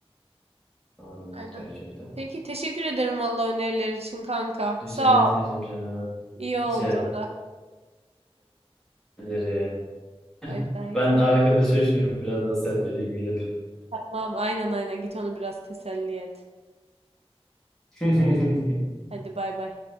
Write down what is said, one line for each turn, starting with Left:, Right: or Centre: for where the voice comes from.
Centre: Amin
Right: Aynen.
Centre: gerçekten.
Right: Peki teşekkür ederim valla öneriler için kanka.
Centre: Rica
Right: Sağ
Centre: ederim
Right: ol.
Centre: canım.
Right: İyi oldu.
Centre: Rica ederim.
Right: Bay bay.
Centre: Ben de arkadaşa şunu biraz nasihat vereyim gidip.
Right: Tamam aynen aynen git onu biraz teselli et.
Centre: <laughs>
Right: Hadi bay bay.